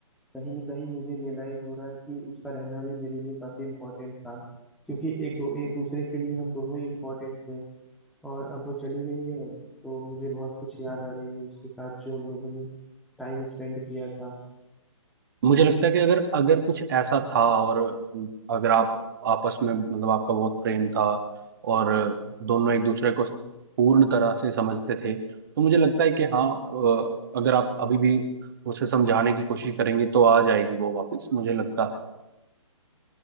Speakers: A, in the centre; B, on the right.
A: कहीं ना कहीं मुझे रियलाइज हो रहा है कि उसका रहना भी मेरे लिए काफी इम्पोर्टेंट था क्योंकि एक दो एक दूसरे के लिए हम दोनों ही इम्पोर्टेंट थे और अब वो चली गई है तो मुझे बहुत कुछ याद आ रही है उसके साथ जो हम लोगों ने टाइम स्पेंड किया था
B: मुझे लगता है कि अगर अगर कुछ ऐसा था और अगर आप आपस में मतलब आपका बहुत प्रेम था और दोनों एक दूसरे को पूर्ण तरह से समझते थे तो मुझे लगता है कि हाँ अ, अगर आप अभी भी उसे समझाने की कोशिश करेंगे तो आ जाएगी वो वापस मुझे लगता है